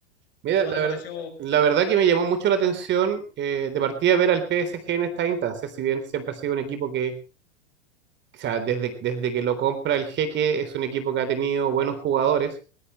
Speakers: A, on the right; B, on the left.
A: Mira,
B: ¿No
A: la
B: te
A: verdad,
B: pareció?
A: la verdad que me llamó mucho la atención eh, de partida ver al PSG en esta instancia, si bien siempre ha sido un equipo que, o sea, desde, desde que lo compra el Jeque es un equipo que ha tenido buenos jugadores,